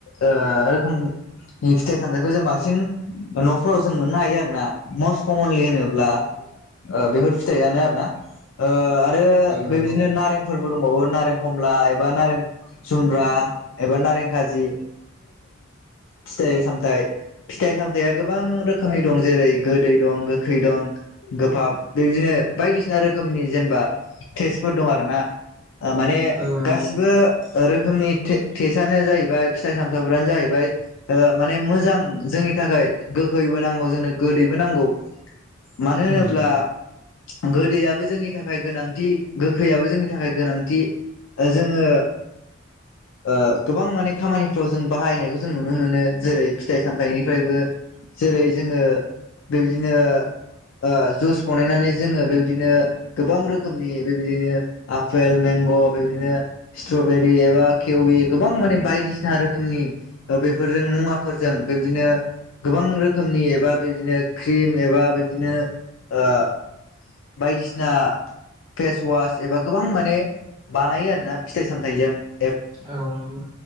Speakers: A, on the left (about 70°); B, on the right (about 25°).
A: ओ रोखोमनि फिथाइ सामथाइखौ जों बांसिन न'फोराव जों मोननो हायो आरोना मस्ट कमनलि होनोब्ला ओ बेफोर फिथाइयानो आरो ना ओह आरो बेबायदिनो
B: नंगौ
A: नारें फोरबो दंबावो नारें खमला एबा नारें जुमब्रा एबा नारें कारजि फिथाइ फिथाय फिथाइ सामथायाइया गोबां रोखोमनि दं जेरै गोदै दं गोखै दं गोफाब बेदिनो बायदिसिना रोखोमनि जेनेबा टेस्फोर दं आरोना ओह माने
B: औ नंगौ
A: गासिबो रोखोमनि ए थेसआनो जाहैबाय फिथाइ सामथाइफोरानो जाहैबाय ओ माने मोजां जोंनि थाखाय गोखैबो नांगौ जोंनो गोदैबो नांगौ मानो
B: उम
A: होनोब्ला गोदैयाबो जोंनि थाखाय गोनां थि गोखैयाबो जोंनि थाखाय गोनांथि जोङो ओ गोबां माने खामानिफ्राव जों बाहायनायखौ जों नुनो मोनो जेरै फिथाइ सामथायनिफ्रायबो जेरै जोङो बेबायदिनो ओ जुस बानायनानै जोङो बेबायदिनो गोबां रोखोमनि बेबायदिनो आपेल मेंग' बेदिनो स्ट्रबेरि एबा खेउवि गोबां माने बायदि सिना रोखोमनि ओ-बेफोरजों मुवा फोरजों बेबादिनो गोबां रोखोमनि एबा बेबादिनो क्रिम एबा बेबादिनो ओ- बायदिसिना- फेस वास एबा गोबां माने बानायो आरोना फिथाइ सामथाइजों ए
B: औ नंगौ।